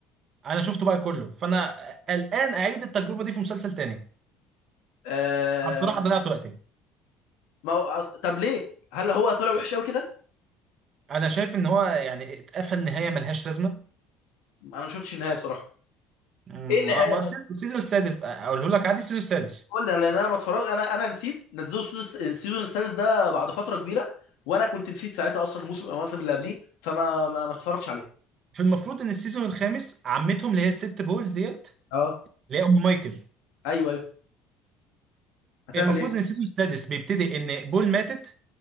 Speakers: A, on the right; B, on the left.
A: انا شفته بقى كله فانا آه، الان اعيد التجربه دي في مسلسل تاني
B: آم...
A: أنا بصراحه ضيعت وقتي
B: ما هو- طب ليه هل هو طلع وحش قوي كده
A: انا شايف ان هو يعني اتقفل نهايه ملهاش لازمه
B: انا ما شفتش النهايه بصراحه
A: مم،
B: ايه النهايه
A: ما ما- السيزون السادس بقى اقوله لك عادي السيزون السادس
B: قول لي لان انا ما اتفرج انا انا نسيت نزلوا السيزون السيزون السادس ده بعد فتره كبيره وانا كنت نسيت ساعتها اصلا الموسم الموسم اللي قبليه فما ما, ما اتفرجتش عليه
A: في المفروض ان السيزون الخامس عمتهم اللي هي الست بول ديت
B: اه
A: اللي هي ام مايكل
B: ايوه ايوه هتعمل
A: المفروض
B: ايه
A: ان السيزون السادس بيبتدي ان بول ماتت